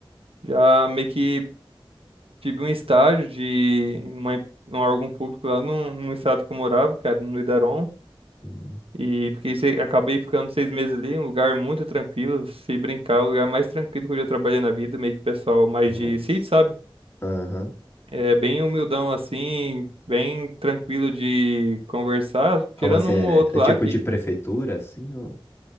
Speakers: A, on the right; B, on the left.
A: Já meio que tive um estágio de uma, em um órgão público lá no, no estado que eu morava, que era no Idaron.
B: Hum,
A: E fiquei, se- acabei ficando seis meses ali, um lugar muito tranquilo. Se brincar, é o lugar mais tranquilo que eu já trabalhei na vida, meio que o pessoal mais
B: Nossa.
A: de sítio, sabe?
B: Aham.
A: É bem humildão assim, bem tranquilo de conversar,
B: Como
A: tirando
B: assim?
A: um
B: É,
A: ou outro
B: é tipo
A: lá que
B: de prefeitura, assim? Ou...